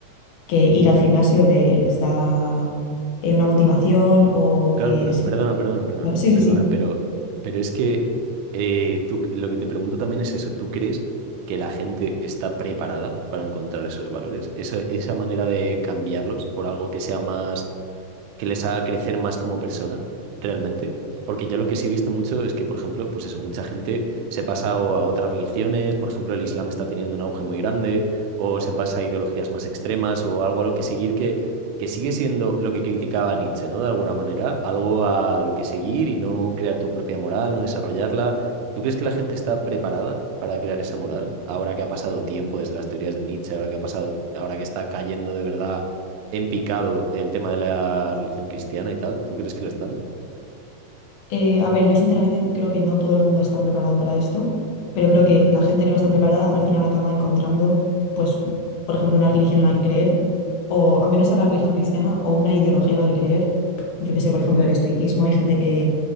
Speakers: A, on the left; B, on the right.
A: que ir al gimnasio le- les da eh, una motivación o
B: Claro,
A: que...
B: pero
A: se-
B: perdona, perdona, perdona,
A: Bueno, sí, sí,
B: perdona,
A: sí.
B: pero, pero es que eh, tú, lo que te pregunto también es eso, ¿tú crees que la gente está preparada para encontrar esos valores? Eso, esa manera de cambiarlos por algo que sea más que les haga crecer más como persona, realmente. Porque yo lo que sí he visto mucho es que, por ejemplo, pues eso, mucha gente se pasa o a otras religiones, por ejemplo, el Islam está teniendo un auge muy grande, o se pasa a ideologías más extremas, o algo a lo que seguir que, que sigue siendo lo que criticaba Nietzsche, ¿no? De alguna manera, algo a lo que seguir y no crear tu propia moral, no desarrollarla. ¿Tú crees que la gente está preparada para crear esa moral? Ahora que ha pasado tiempo desde las teorías de Nietzsche, ahora que ha pasado, ahora que está cayendo de verdad en picado el tema de la religión cristiana y tal. ¿Tú crees que lo están?
A: Eh, a ver, yo sinceramente creo que no todo el mundo está preparado para esto, pero creo que la gente que no está preparada al final acaba encontrando, pues, por ejemplo, una religión en la que creer, o aunque no sea la religión cristiana, o una ideología en la que creer. Yo que sé, por ejemplo, el estoicismo, hay gente que,